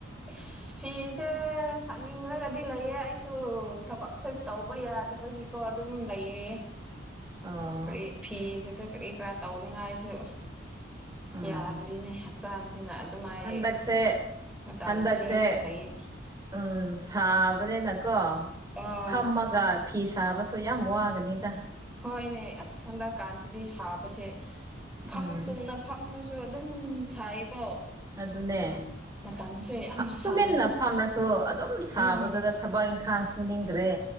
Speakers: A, in the centre; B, on the right.
A: ꯑꯁ ꯐꯤꯁꯦ ꯁꯥꯠꯅꯤꯡꯉꯒꯗꯤ ꯂꯩꯌꯦ ꯑꯩꯁꯨ ꯊꯕꯛꯁꯦ ꯇꯧꯕ ꯌꯥꯗꯕꯒꯤ ꯀꯣ ꯑꯗꯨꯝ ꯂꯩꯌꯦꯌꯦ
B: ꯑꯣ
A: ꯐꯔꯤ ꯐꯤꯁꯤꯗ ꯀꯔꯤ ꯀꯔꯥ ꯇꯧꯅꯤꯉꯥꯏꯁꯨ
B: ꯎꯝ
A: ꯌꯥꯗ꯭ꯔꯤꯅꯦ ꯍꯞ ꯆꯥꯡꯁꯤꯅ ꯑꯗꯨꯃꯥꯏ
B: ꯍꯟꯗꯛꯁꯦ
A: ꯃꯇꯝ
B: ꯍꯟꯗꯛꯁꯦ
A: ꯂꯦꯟꯅ ꯂꯩꯌꯦ
B: ꯎꯝ ꯁꯥꯕꯅꯤꯅꯀꯣ
A: ꯑꯥ
B: ꯐꯝꯃꯒ ꯐꯤ ꯐꯤ ꯁꯥꯕꯁꯨ ꯌꯥꯝ ꯋꯥꯒꯅꯤꯗ
A: ꯍꯣꯏꯅꯦ ꯑꯁ ꯍꯟꯗꯛꯀꯥꯟꯁꯤꯗꯤ ꯁꯥꯕꯁꯦ ꯐꯝ
B: ꯎꯝ
A: ꯆꯨꯝꯅ ꯐꯝꯔꯁꯨ ꯑꯗꯨꯝ ꯁꯥꯏꯀꯣ
B: ꯑꯗꯨꯅꯦ
A: ꯃꯇꯝꯁꯦ ꯌꯥꯝꯅ
B: ꯐ
A: ꯁꯥ
B: ꯇꯨꯃꯤꯟꯅ ꯐꯝꯔꯁꯨ ꯑꯗꯨꯝ ꯁꯥꯕꯗꯨꯗ
A: ꯎꯝ
B: ꯊꯕꯛ ꯏꯪꯈꯥꯡ ꯁꯨꯅꯤꯡꯗ꯭ꯔꯦ